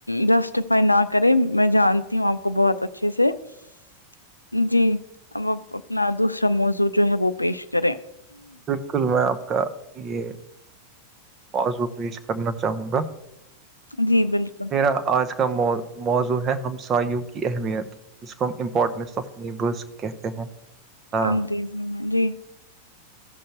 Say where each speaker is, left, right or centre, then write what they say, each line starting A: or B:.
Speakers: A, on the left; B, on the right.
A: جسٹیفائی نہ کریں میں جانتی ہوں آپ کو بہت اچھے سے جی <inaudible> جی اب اب اپنا دوسرا موضوع جو ہے وہ پیش کریں
B: بالکل میں آپ کا یہ <unintelligible> مضو پیش کرنا چاہوں گا
A: جی بالکل
B: میرا آج کاو موضوع ہے ہمسایوں کی اہمیت ج کو ہم امپورٹنس آف نیبرس کہتے ہیں <unintelligible> ہاں
A: انگریزی میں جی